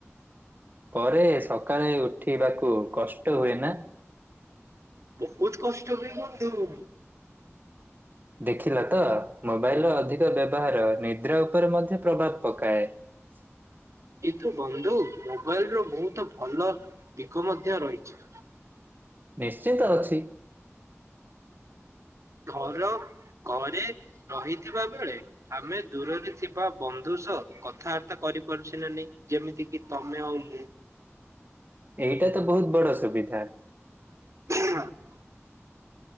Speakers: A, on the right; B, on the right.
A: ପରେ ସକାଳେ ଉଠିବାକୁ କଷ୍ଟ ହୁଏ ନା?
B: ବହୁତ୍ କଷ୍ଟ ହୁଏ ବନ୍ଧୁ।
A: ଦେଖିଲ ତ ମୋବାଇଲ ର ଅଧିକ ବ୍ୟବହାର ନିଦ୍ରା ଉପରେ ମଧ୍ୟ ପ୍ରଭାବ ପକାଏ। <unintelligible>
B: କିନ୍ତୁ ବନ୍ଧୁ ମୋବାଇଲ ର ବହୁତ ଭଲ ଦିଗ ମଧ୍ୟ ରହିଛି। ଁ <unintelligible>
A: ନିଶ୍ଚିନ୍ତ ଅଛି।
B: ଫର ଘରେ ରହିଥିବା ବେଳେ ଆମେ ଦୂରରେ ଥିବା ବନ୍ଧୁ ସହ କଥାବାର୍ତ୍ତା କ ରି ପାରୁଛେ ନା ନାଇଁ ଯେମିତି କି ତମେ ଆଉ ମୁଁ।
A: ଏଇଟା ତ ବହୁତ ବଡ ସୁବିଧା।
B: <unintelligible>